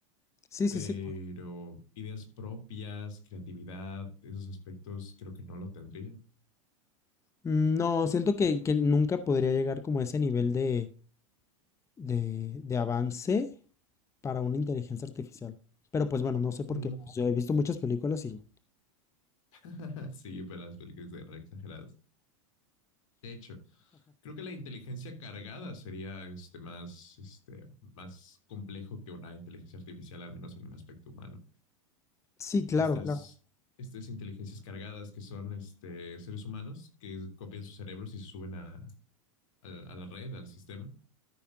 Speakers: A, on the left; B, on the left.
A: Sí, sí,
B: Pero
A: sí.
B: ideas propias, creatividad, esos aspectos creo que no lo tendría.
A: No, siento que, que nunca podría llegar como a ese nivel de, de, de avance para una inteligencia artificial. Pero pues bueno, no sé por
B: Mm.
A: qué. pues, Yo he visto muchas películas y...
B: <laughs> Sí, pero las películas eran exageradas. De hecho, creo que la inteligencia cargada sería este, más, este, más complejo que una inteligencia artificial, al menos en el aspecto humano.
A: Sí, claro,
B: Estas,
A: claro.
B: estas inteligencias cargadas que son este, seres humanos que copian sus cerebros y se suben a, al, a la red, al sistema.